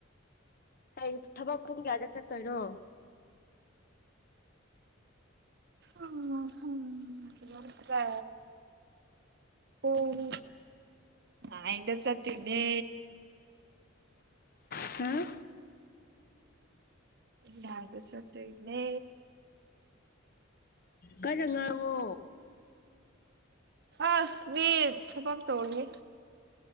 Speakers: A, on the left; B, on the right.
A: ꯍꯌꯦꯡ ꯊꯕꯛ ꯄꯨꯡ ꯀꯌꯥꯗ ꯆꯠꯇꯣꯏꯅꯣ
B: ꯑꯥ ꯊꯕꯛꯁꯦ ꯄꯨꯡ ꯅꯥꯏꯟꯗ ꯆꯠꯇꯣꯏꯅꯦ
A: ꯎꯝ
B: ꯅꯥꯏꯟꯗ ꯆꯠꯇꯣꯏꯅꯦ
A: ꯀꯟꯅ ꯉꯥꯡꯉꯣ
B: ꯑꯁ ꯃꯤ ꯊꯕꯛ ꯇꯧꯔꯤ